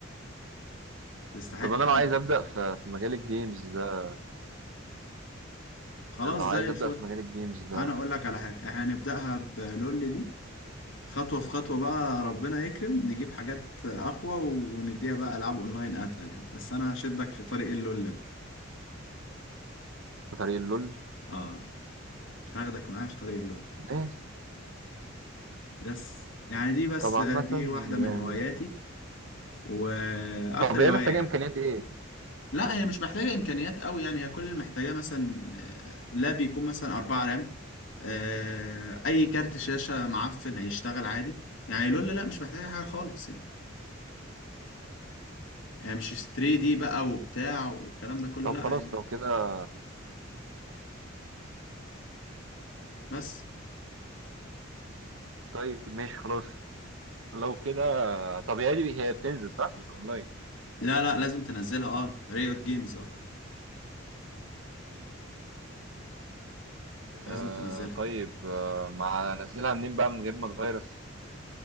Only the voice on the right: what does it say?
طب انا
لو عايز ابدا في في مجال الجيمز ده
لو عايز
ابدا في مجال الجيمز ده
في طريق اللول
ماشي
طب عامة
يعني
طب هي
محتاجة
امكانيات ايه؟
طب
خلاص
لو كده
طيب ماشي خلاص لو كده طب هي دي هي بتنزل صح مش اونلاين
آه
طيب آه مع انزلها منين بقى من غير ما اتفيرس